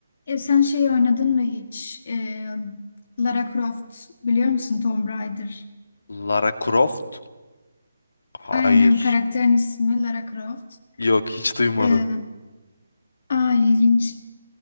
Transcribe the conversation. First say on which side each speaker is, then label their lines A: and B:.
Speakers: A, on the left; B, on the left.
A: E, sen şeyi oynadın mı hiç? E, Lara Croft biliyor musun Tomb Raider?
B: Lara Croft? Hayır.
A: Aynen karakterin ismi Lara Croft.
B: Yok hiç duymadım.
A: E, aa ilginç.